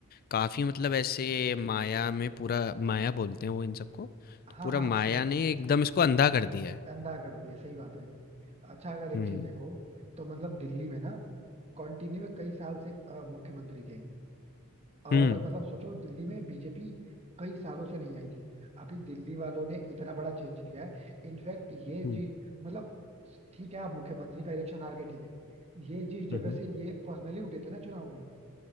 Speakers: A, on the left; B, on the right.
A: काफ़ी मतलब ऐसे माया में पूरा माया बोलते हैं वो इन सबको
B: हाँ
A: तो पूरा
B: हाँ
A: माया
B: मतलब
A: ने एकदम इसको अंधा कर दिया है
B: अंधा कर दिया सही बात है अच्छा अगर एक
A: हम्म
B: चीज देखो तो मतलब दिल्ली में ना कंटिन्यू कई साल से अ, मुख्यमंत्री थे और
A: हम्म
B: मतलब सोचो दिल्ली में बीजेपी कई सालों से नहीं आई थी अभी दिल्ली वालों ने इतना बड़ा चेंज लिया है इनफैक्ट ये
A: हम्म
B: जी मतलब ठीक है आप मुख्यमंत्री का इलेक्शन हार गए ठीक है ये जिस जगह
A: हम्म
B: से ये पर्सनली उठे थे ना चुनाव में